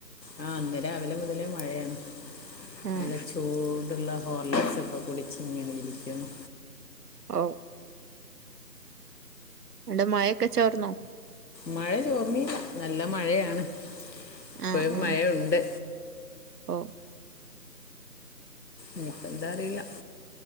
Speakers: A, on the left; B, on the right.
A: ആ ഇന്ന് രാവിലെ മുതലേ മഴയാണ്
B: ആഹ്
A: നല്ല ചൂടുള്ള ഹോർലിക്സ് ഒക്കെ കുടിച്ച് ഇങ്ങനെ ഇരിക്കുന്നു
B: ഓ അടെ മഴൊക്കെ ചോർന്നോ
A: മഴ ചോർന്നില്ല നല്ല മഴയാണ് ഇപ്പഴും
B: ആഹ്
A: മഴയുണ്ട്
B: ആഹ് ഓ
A: ഇനിയിപ്പൊ എന്താ അറിയില്ല